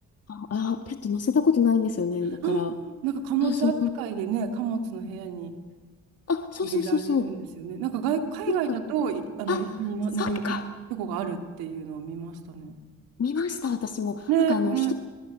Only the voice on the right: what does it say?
うんなんか貨物扱いでね、
貨物の部屋に
入れられるんですよね。なんか外、海外だといあの一緒にの乗れるとこがあるっていうのを見ましたね。
ね、
ね。